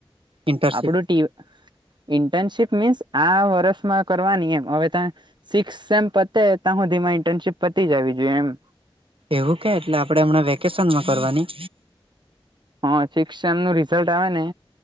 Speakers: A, on the right; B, on the right.
A: ઇન્ટર્નશીપ
B: આપડું ટી ઇન્ટર્નશીપ મીન્સ આ વર્ષમાં કરવાની એમ હવે ત્યા. સિક્મ સેમ પતે તા હું ધીમા ઇન્ટર્નશીપ પતી જ જાવી જોઈએ એમ.
A: એવું કે એટલે આપડે હમણાં વેકેશનમાં કરવાની?
B: હા સિક્સ સેમ નું રિઝલ્ટ આવેને